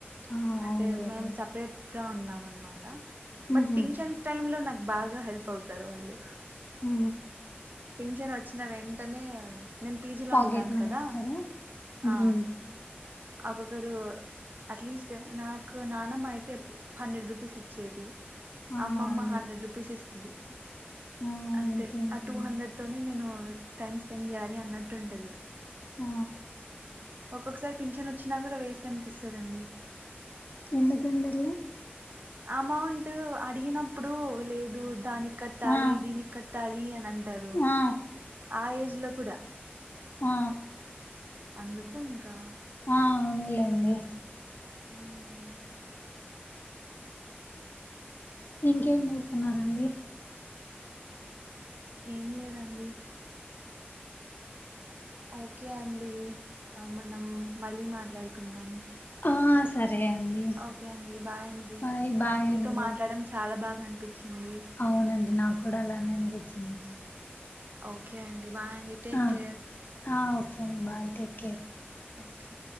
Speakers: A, on the left; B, on the right.
A: ఆ
B: అంటే
A: అవునులేండి
B: మేం సపరేట్ గా ఉన్నము అన్మాట బట్
A: ఉహు
B: పింక్షన్స్ టైమ్ లో నా బాగా హెల్ప్ అవుతారు వాళ్ళు
A: హు
B: పింఛన్ వచ్చిన వెంటనే నేను పీజీలో
A: పాకెట్
B: ఉంటాను
A: మనీ
B: కదా
A: ఇస్తారా ఉహు
B: ఆ ఒక్కొక్కరు అట్లీస్ట్ నాకు నానమ్మ అయితే అప్పుడు హండ్రెడ్ రూపీస్ ఇచ్చేది
A: ఆ
B: అమ్మమ్మ
A: అవునులే
B: హండ్రెడ్ రూపీస్ ఇస్తది
A: ఆ
B: అంతే
A: ఇంకేంటండి
B: అ టూ హండ్రెడ్ తోనే నేను టైమ్స్ స్పె పని జాయాలి అన్నట్టు ఉంటది
A: ఆ
B: ఒక్కొక్కసారి పింఛన్ వచ్చి అట్ల అయినా కూడా వేస్ట్ అనిపిస్తుందండి
A: ఎందుకండి అట్ల
B: అమౌంట్ అడిగినప్పుడు లేదు దానికి కట్టాలి
A: ఆ
B: దీనికి కట్ట తాలి అంత అంటారు
A: ఆ
B: ఆ ఏజ్ లో కూడా
A: ఆ
B: అందుకు ఇంకా
A: ఆ ఔనులేండి
B: ఉమ్
A: ఇంకేం చేస్తున్నారండి
B: ఏం లేదండి ఓకే అండి మనం మళ్ళీ మాట్లాడుకుందాం
A: ఆ సరే అండి
B: ఓకే అండి బాయ్ అండీ
A: బాయ్ బాయ్
B: మీతో
A: అండి
B: మాట్లాడడం చాలా బాగా <inaudible> <unintelligible> చరే
A: అవునండి నాకు కూడా అలానే అనిపించింది
B: ఓకే అండి బాయ్ అండి టేక్
A: ఆ
B: కేర్
A: ఆ ఓకే అండి బాయ్ టేక్ కేర్
B: ఓకే